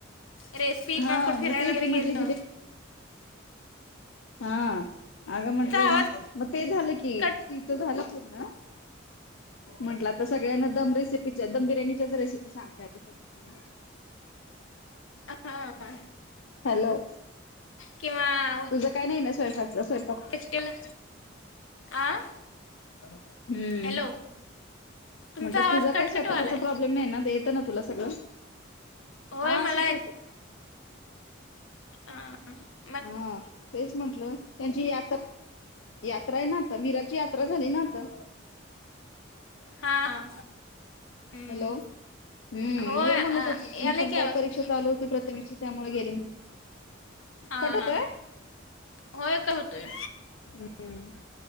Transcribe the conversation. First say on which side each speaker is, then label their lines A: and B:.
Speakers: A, on the left; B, on the left.
A: रेसीपी किंवा
B: हा
A: कुठ फिरायला
B: मग ते
A: वगैरे
B: ती
A: गेलतो.
B: म्हटली हां अग म्हंटल
A: आवाज
B: मग ते झाल की
A: कट
B: तिच झाल पूर्ण. म्हटल आता सगळ्यांना दम रेसिपीच्या, दम बिर्याणीच्या च्या रेसिपी सांगते आता सगळ्यांना.
A: हां.
B: हॅलो
A: किंवा
B: तुझ काही नाही ना स्वयंपाच स्वयंपाक.
A: केला आ.
B: हम्म
A: हॅलो तुमचा
B: म्हटल
A: आवाज
B: तुझा
A: कटकट
B: काही स्वयंपाकाचा
A: वालाय
B: प्रॉब्लेम नाही ना येत ना तुला सगळ?
A: होय
B: हा
A: मला
B: असच होत.
A: हां हां
B: हां तेच म्हंटल त्यांची या यात्रा आहे ना आता विराची यात्रा झाली ना आता.
A: हां हां हम्म
B: हॅलो हम्म
A: होय
B: ये म्हणत
A: आ,
B: होती ती
A: यालाय
B: पण
A: की
B: काय
A: आवाज
B: परीक्षा
A: तुमचा
B: चालू होती प्रथमेश ची त्यामुळ गेली नाही.
A: हां
B: कट होतोय
A: हां होय होतोय.
B: हम्म